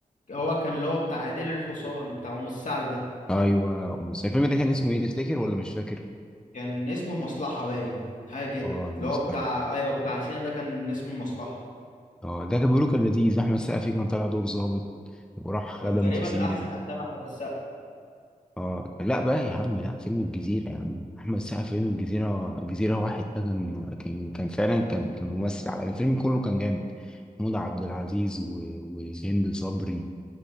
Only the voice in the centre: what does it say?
ايوه مس- الفيلم ده كان اسمه ايه تفتكر ولا مش فاكر
اه المصلحه
اه ده كان بيقولوا كان لذيذ احمد سقفي كان طالع دور ظابط وراح خدم
في سينا
اه لا بقى يا عم لا فيلم الجزيرة يا عم أحمد السقا فيلم الجزيرة الجزيرة واحد ده كان كان كان فعلا كان كان ممثل على الفيلم كله كان جامد محمود عبد العزيز و- وهند صبري